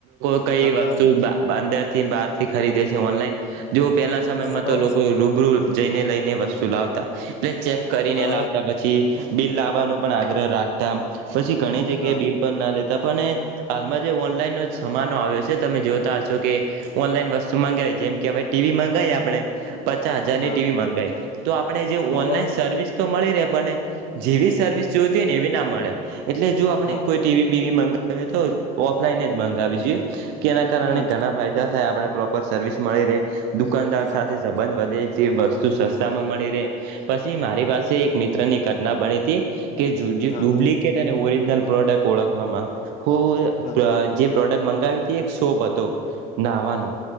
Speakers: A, on the right; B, on the left.
A: કઈ
B: હા
A: વસ્તુ
B: હા
A: અંદર થી બાર થી ખરીદે છે ઓનલાઈન. જો પહેલા સમયમાં
B: હા
A: તો લોકો રૂબરૂ જઈને લઈને વસ્તુ લાવતા એટલે ચેક કરીને
B: હા
A: લ. આવતા પછી બિલ લાવવાનો પણ આગ્રહ રાખ. પછી ઘણી જગ્યાએ
B: હા
A: બિલ પણ ના લેતા પણ હાલમાં જે ઓનલાઈન ન જમાનો આયો છે તમે જોતા હશો કે ઓનલાઈન વસ્તુ મગાઈ જેમ કે હવે ટીવી મંગાઈ આપણે. પચાસ હજારની
B: હા
A: ટીવી મંગાઈ તો આપણે જે
B: હા
A: ઓનલાઈન સર્વિસ તો મળી ર. જેવી સર્વિસ જોતી હોય ને એવી ના મળે એટલે જો આપણે
B: હા
A: કોઈ ટીવી બીવી મ એ તો ઓફલાઈન જ મંગાવી જોઈએ કે એના કારણે
B: હા હા
A: ઘણા ફાયદા થાય આપણે પ્રોપર સર્વિસ મળી રે દુકાનદાર
B: હા
A: સાથે સંબંધ વધે છે વસ્તુ સસ્તા માં મળી રે પછી મારી પાસે એક મિત્રની ઘટના બની તી કે ઝૂડી ડુપ્લિકેટ
B: હા
A: અને ઓરિજનલ પ્રોડક્ટ ઓળખવામાં હું
B: હા
A: જે પ્રોડક્ટ મંગાવી. એક શોપ હતો નાહવાનો